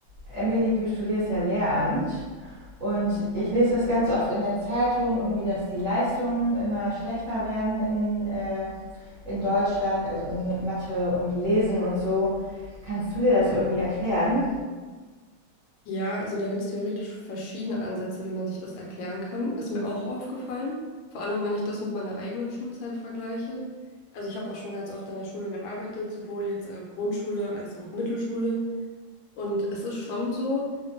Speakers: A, on the right (about 55°); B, on the left (about 75°).
A: Emily, du studierst ja Lehramt und ich lese das ganz oft in der Zeitung, irgendwie, dass die Leistungen immer schlechter werden in, äh, in Deutschland, also irgendwie mit Mathe und Lesen und so. Kannst du dir das irgendwie erklären?
B: Ja, also da gibt es theoretisch verschiedene Ansätze, wie man sich das erklären kann. Ist mir auch aufgefallen. Vor allem, wenn ich das mit meiner eigenen Schulzeit vergleiche. Also ich habe auch schon ganz oft an der Schule gearbeitet, sowohl jetzt äh, Grundschule als auch Mittelschule. Und es ist schon so,